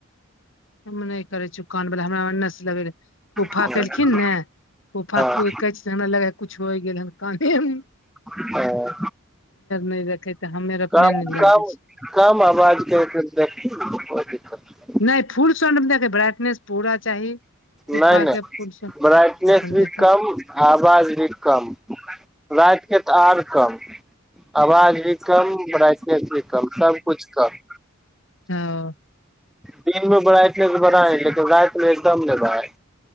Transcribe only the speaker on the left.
हम नै करय छी। कान बला हमरा ओन्ने से लबेरहे, फुफा
केलखिन ने फूफा कू
कहैछथिन हमरा लगै या कुछ होइ गेल हन काने में। ही - ही
नहि रखे तऽ हमे आर अपने
नहि लगबै
छी
नै फूल साउंड मे देख ब्राइटनेस पूरा चाही। फूफा
के फूल साउंड
अपन
देख
ओ।